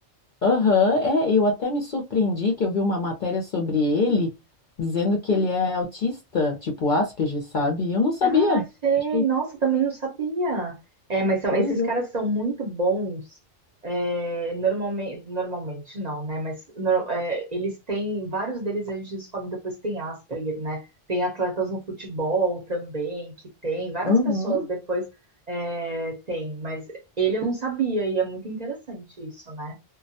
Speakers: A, on the left (about 55°); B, on the right (about 45°).
A: Aham, é, eu até me surpreendi que eu vi uma matéria sobre ele dizendo que ele é autista, tipo Asperger, sabe? E Eu não sabia.
B: Ah, sei.
A: Achei
B: Nossa, também não sabia. É, mas são,
A: coisa.
B: esses caras são muito bons. É, normalmente, normalmente não, né? Mas nor- é, eles têm, vários deles a gente descobre depois que tem Asperger, né? Tem atletas no futebol também, que tem, várias
A: Uhum.
B: pessoas depois é, tem, mas ele eu não sabia e é muito interessante isso, né?